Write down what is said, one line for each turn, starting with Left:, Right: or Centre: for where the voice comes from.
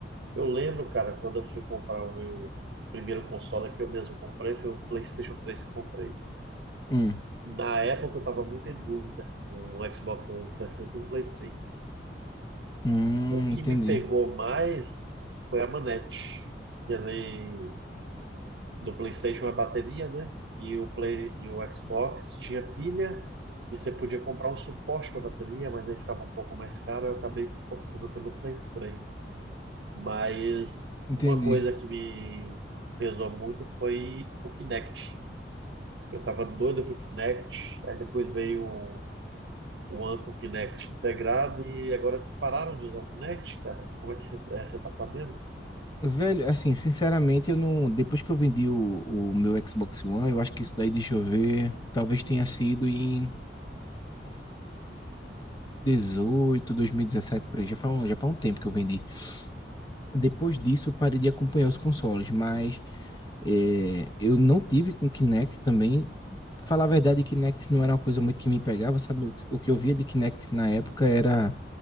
Right: Eu lembro, cara, quando eu fui comprar o meu primeiro console que eu mesmo comprei, foi o PlayStation 3 que eu comprei.
Left: Hum,
Right: Na época eu tava muito em dúvida, um Xbox 360 e sessenta e um Play 3.
Left: hum,
Right: O que
Left: entendi.
Right: me pegou mais foi a manete, que ele do PlayStation é bateria, né? E o Play e o Xbox tinha pilha e você podia comprar um suporte para bateria, mas aí ficava um pouco mais caro, eu acabei optando pelo Play 3. Mas
Left: Entendi.
Right: uma coisa que me pesou muito foi o Kinect, que eu tava doido pro Kinect, aí depois veio o o One com o Kinect integrado e agora pararam de usar o Kinect, cara. Como é que é, você tá sabendo?
Left: Velho, assim, sinceramente, eu não. Depois que eu vendi o, o meu Xbox One, eu acho que isso daí, deixa eu ver, talvez tenha sido em 2018, 2017, por aí. Já faz um, já faz um tempo que eu vendi. Depois disso, eu parei de acompanhar os consoles, mas é, eu não tive com Kinect também. Falar a verdade, Kinect não era uma coisa muito que me pegava, sabe? O, que- o que eu via de Kinect na época era